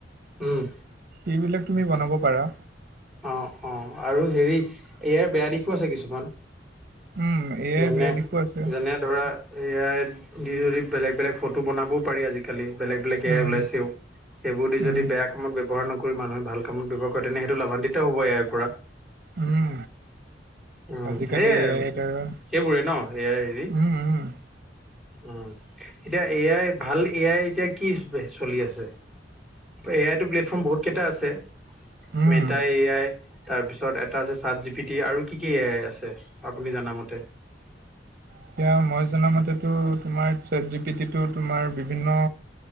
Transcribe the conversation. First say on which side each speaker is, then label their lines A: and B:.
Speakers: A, in the centre; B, on the right (about 55°).
A: উমঁ!
B: এইবিলাক তুমি বনাব পাৰা।
A: অঁ অঁ আৰু হেৰি এয়াৰ বেয়া দিশো আছে কিছুমান।
B: উম এ
A: যেনে
B: আই বেয়া দিশো আছে
A: যেনেত। ধৰা এ আই দি যদি বেলেগ বেলেগ ফটো বনাবও পাৰি আজিকালি- কালি বেলেগ বেলেগ এয়াই
B: উম
A: ওলাইছেও সেইবোৰ দি
B: উম
A: যদি বেয়া কামত ব্যৱহাৰ নকৰি মানুহে ভাল- কামত ব্যৱাৰ কৰে তেনে সেইটো লাভান্বিত হ'ব ইয়াৰ পৰা।
B: উম
A: উমঁ
B: আজিকালি
A: সেইয়াই আৰু
B: এ আইৰ দ্বাৰা
A: সেইবোৰে ন এ আই দি।
B: উম উম
A: উমঁ এতিয়া এ আই ভাল এ আই এতিয়া কি চলি আছে? এ আই তো প্লেটফৰ্ম বহুত কেইটা আছে
B: উম
A: মিটাই এ আই- তাৰপিছত এটা আছে চাত জি বি টি আৰু কি কি আছে আপুনি জনামতে।
B: এতিয়া মই জামতেতো তোমাৰ চাত জি পি টিটো তোমাৰ বিভিন্ন-